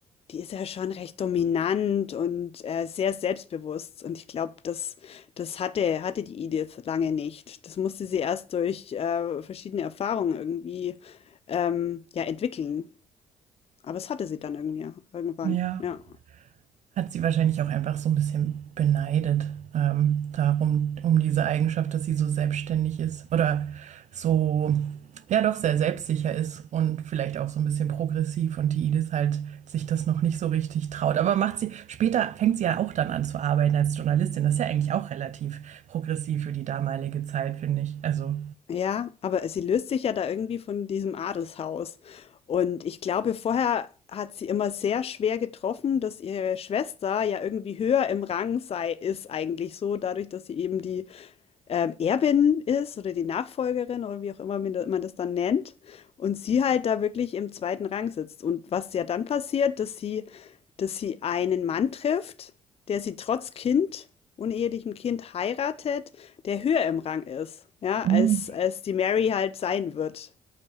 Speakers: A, on the left; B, on the right.
A: Die ist ja schon recht dominant und, äh, sehr selbstbewusst. Und ich glaube, das das hatte hatte die Edith lange nicht. Das musste sie erst durch, äh, verschiedene Erfahrungen irgendwie, ähm, ja, entwickeln. Aber es hatte sie dann irgendwie irgendwann,
B: Ja.
A: ja.
B: Hat sie wahrscheinlich auch einfach so ein bisschen beneidet, ähm, darum, um diese Eigenschaft, dass sie so selbstständig ist oder so, ja doch, sehr selbstsicher ist und vielleicht auch so ein bisschen progressiv und die Edith halt sich das noch nicht so richtig traut. Aber macht sie, später fängt sie ja auch dann an zu arbeiten als Journalistin. Das ist ja eigentlich auch relativ progressiv für die damalige Zeit, finde ich. Also,
A: Ja, aber sie löst sich ja da irgendwie von diesem Adelshaus. Und ich glaube, vorher hat sie immer sehr schwer getroffen, dass ihre Schwester ja irgendwie höher im Rang sei ist eigentlich so, dadurch, dass sie eben die ähm, Erbin ist oder die Nachfolgerin oder wie auch immer man da- man das dann nennt und sie halt da wirklich im zweiten Rang sitzt. Und was ja dann passiert, dass sie, dass sie einen Mann trifft, der sie trotz Kind, unehelichem Kind heiratet, der höher im Rang ist, ja, als,
B: mhm.
A: als die Mary halt sein wird.